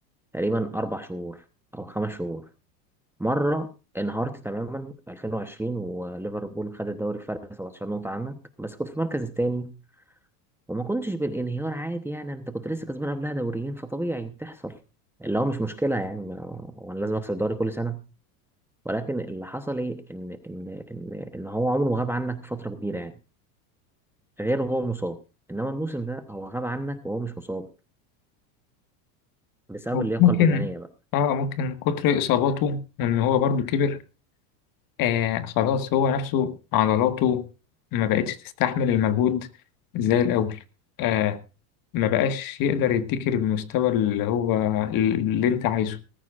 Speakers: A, in the centre; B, on the left (about 45°).
A: تقريبا أربع شهور أو خمس شهور مرة انهارت تماما في 2020 وليفربول خد الدوري فرق 17 نقطة عنك بس كنت في المركز الثاني وما كنتش بالانهيار عادي يعني انت كنت لسه كسبان قبلها دوريين فطبيعي بتحصل اللي هو مش مشكلة يعني ما- وانا لازم اكسب الدوري كل سنة ولكن اللي حصل ايه ان ان ان ان هو عمره ما غاب عنك فترة كبيرة يعني غير هو مصاب انما الموسم ده هو غاب عنك وهو مش مصاب بسبب
B: هو
A: اللياقة
B: ممكن
A: البدنية
B: اه ممكن كتر إصاباته وإن هو برضو كبر آه خلاص هو نفسه عضلاته ما بقتش تستحمل المجهود زي الأول آه ما بقاش يقدر يديك المستوى اللي هو اللي انت عايزه